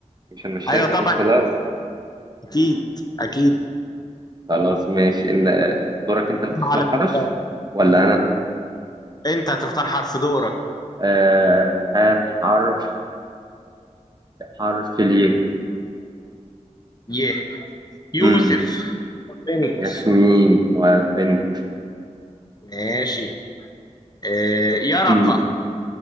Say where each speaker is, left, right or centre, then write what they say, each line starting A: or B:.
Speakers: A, on the right (about 35°); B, on the left (about 30°).
A: مش هنمشيها
B: ايوه
A: كده
B: طبعا
A: وخلاص
B: اكيد اكيد
A: خلاص ماشي إن دورك أنت اللي تختار
B: على
A: حرف
B: بالتالي.
A: ولا أنا؟
B: انت هتختار حرف دورك
A: آه هات حرف حرف ليه؟
B: ي يوسف
A: مم.
B: بنت
A: ياسمين وبنت
B: ماشي آه يرقة
A: مم.